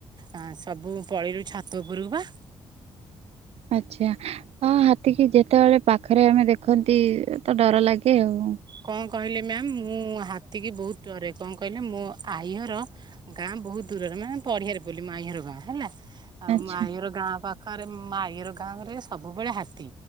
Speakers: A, on the right (about 45°); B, on the right (about 80°).
A: ଆ ସବୁ ପଳେଇରୁ ଛାତ ଉପରକୁ ପା।
B: ଆଚ୍ଛା ହଁ ହାତୀ କି ଯେତେବେଳେ ପାଖରେ ଆମେ ଦେଖନ୍ତି ତ ଡର ଲାଗେ ଆଉ।
A: କଣ କହିଲେ ମ୍ୟାମ୍ ମୁଁ ହାତୀ କିି ବହୁତ ଡରେ କଣ କ କହିଲେ ମୋ ଆଇଅର ଗାଁ ବହୁତ ଦୂରରେ ମାନେ ପଡିଆରେ ବୋଲି ମୋ ଆଇଅର ଗାଁ ହେଲା ଆଉ
B: ଆଚ୍ଛା
A: ଆଈ ଘର ଗାଁ ପାଖରେ ମାଈର ଗାଁ ରେ ସବୁବେଳେ ହାତୀ